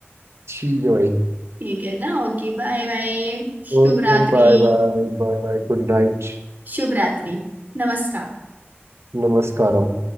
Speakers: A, on the right; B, on the right.
A: ठीक है भाई
B: ठीक है ना ओके बाय बाय शुभ
A: Okay
B: रात्रि
A: bye bye bye bye good night
B: शुभ रात्रि नमस्कार
A: नमस्कारम